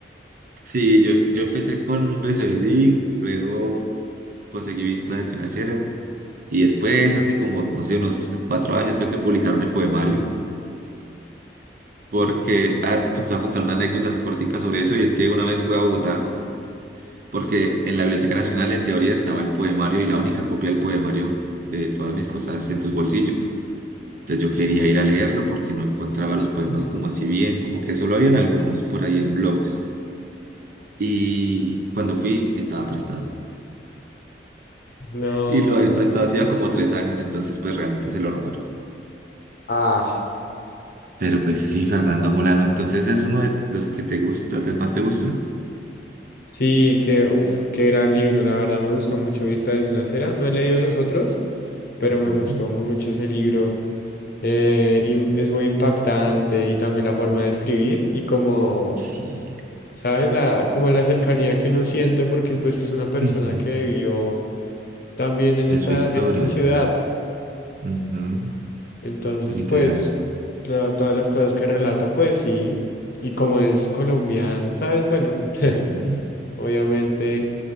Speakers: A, on the right; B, on the left.
A: Sí, yo, yo empecé con un BCBDIC, luego conseguí vista de financiera y después, hace como, no sé, unos cuatro años fue que publicaron el poemario, porque, ah, pues te voy a contar una anécdota así cortica sobre eso y es que una vez fui a Bogotá, porque en la Biblioteca Nacional en teoría estaba el poemario y la única copia del poemario de todas mis cosas en tus bolsillos. Entonces yo quería ir a leerlo porque no encontraba los poemas como así bien, como que solo habían algunos por ahí en blogs. Y cuando fui, estaba prestado.
B: No.
A: y lo habían prestado hacía como tres años, entonces pues realmente se lo robaron.
B: ah
A: Pero pues sí, Fernando Molano, entonces es uno de los que te gusta, de más te gustan.
B: Sí, que, uff, qué gran libro, la verdad me gustó mucho Vista desde una acera. No he leído los otros, pero
A: Ujú,
B: me gustó mucho ese libro. Eh, y es muy impactante y también la forma de escribir y como,
A: Sí.
B: ¿sabes? La, como la cercanía que uno siente porque pues es una persona
A: ujú,
B: que vivió también en
A: De
B: esta,
A: su historia.
B: en esta ciudad.
A: ujú,
B: Entonces,
A: Literal.
B: pues, la- todas las cosas que relata, pues sí, y como es colombiano, ¿sabes? Bueno, <laughs>
A: ujú,
B: obviamente.